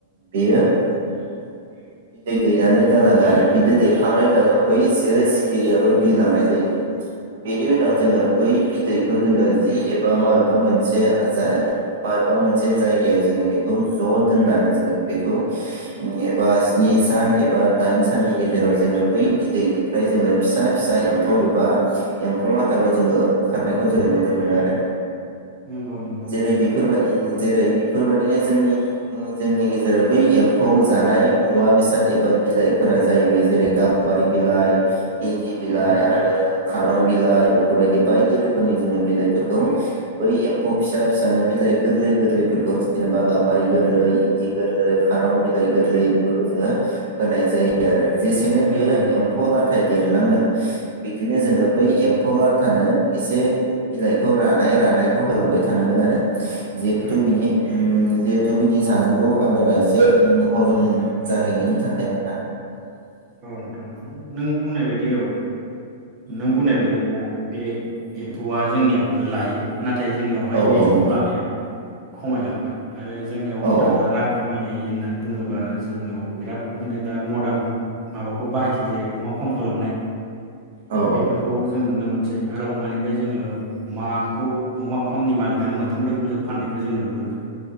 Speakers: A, on the right; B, on the right.
A: बेयो <unintelligible> बिदै दैनानै गाङो आरो बिदै
B: उम
A: दैखांनायनि
B: उम
A: उनाव बै जो केिरियाबो बिर लांनाय जायो। बेनि उनाव
B: नंगौ
A: जोङो
B: नोंथां
A: बै बिदैखौ जोङो जि एबा माबेबा मोनसे ओ जाय माबेबा मोनसे जायगायाव जोंनि बेखौ ज' दोननानै जोङो बेखौ एबा स्नि सान एबा दाइन साननि गेजेराव जोङो बै बिदैनिफ्राय जोङो फिसा फिसा एम्फौ एबा एम्फौ बाथाखौ जोङो ओंखारनायखौ जोङो नुनो मोनो आरो
B: नंगौ नंगौ नोंथां
A: जेरै बेफोरबा
B: नंगौ
A: जेरै बेफोरबायदि <unintelligible> जोंनि जोंनि गेजेराव बै एम्फौ जानाय मुवा बेसाद एबा बिलाइफोरा जाहैबाय जेरै गाम बारि
B: नंगौ
A: बिलाइ इन्दि बिलाइ
B: नंगौ
A: आरो खारं बिलाइ बेफोरबायदि बायदि रोखोमनि जोङो बिलाइफोरखौ बै एम्फौ फिसा फिसानो बिलाइ गोरलै गोरलैफोरखौ जेनेबा गाम्बारि गोरलै इन्दि गोरलै खारं बिलाइ गोरलै बेफोरखौ जोङो होनाय जायो आरो जेसेनो बियो
B: नंगौ नंगौ
A: एम्फौ लाथाय देरलांगोन बिदिनो
B: उम
A: जोङो बै एम फौ लाथानो एसे बिलाइखौ रानाय रानायखौ होलांबाय थानांगोन आरो जिहेतु
B: औ
A: बिनि उम जिहेथु बिनि जानांगौ आदारा एसे हजम जाहैनायनि थाखाय आर ना
B: औ ओनथां नों बुंनाय बायदि औ नों बुंनाय बायदि दा बे एम्फौआ जोंनियावबो लायो नाथाय जोंनियावहाय
A: आरो औ
B: बे
A: औ
B: एम्फौ
A: नंगौ
B: लानाया खमायलांबाय आरो जोंनियाव
A: औ
B: दा रां खामायनाय होननानै बुङोबा जोंनाव बिराद माने दा मदार्न माबाखौ बाहायसै जेरै अमा फार्म खालामनाय
A: औ
B: बेफोरखौ जों नुनो मोन <unintelligible> आरो अमानिफ्राय जोङो अमाखौ अमा फार्मनि मालिकनो मोनथाम रोखोम जों फाननायखौ जों नुनो मोनदों